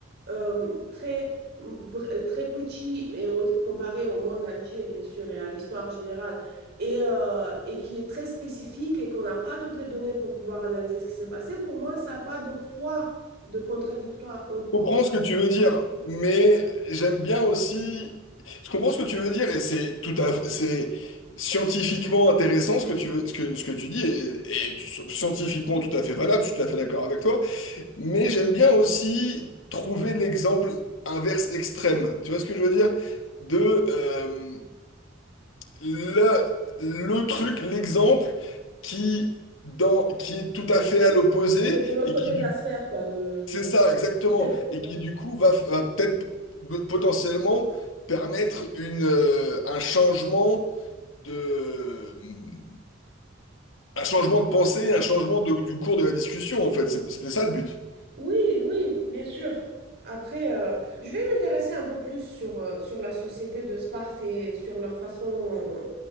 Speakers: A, on the right; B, on the left.
A: euh, très, très petit et au- comparé au monde entier, bien sûr, et à l'histoire générale, et, euh, et qui est très spécifique et qu'on n'a pas toutes les données pour pouvoir analyser ce qui s'est passé, pour moi, ça n'a pas de poids de contradictoire, euh, pas-
B: Je comprends ce que tu veux dire, mais j'aime bien aussi. Je comprends ce que tu veux dire et c'est tout à c'est scientifiquement intéressant ce que tu veux, ce que, ce que tu dis et, et scientifiquement tout à fait valable, je suis tout à fait d'accord avec toi. Mais j'aime bien aussi trouver l'exemple inverse extrême. Tu vois ce que je veux dire? De euh, le, le truc, l'exemple qui dans qui est tout à fait à l'opposé
A: qui est de l'autre
B: et
A: côté
B: qui
A: de
B: du
A: la sphère, quoi, de,
B: c'est ça, exactement.
A: du spectre.
B: Et
A: Oui,
B: qui, du coup, va, va peut-être p- potentiellement permettre une, euh, un changement de, mm, un changement de pensée, un changement de- du cours de la discussion, en fait. C'est- C'était ça le but.
A: oui, oui, bien sûr. Après, euh, je vais m'intéresser un peu plus sur, euh, sur la société de Sparte et sur leur façon,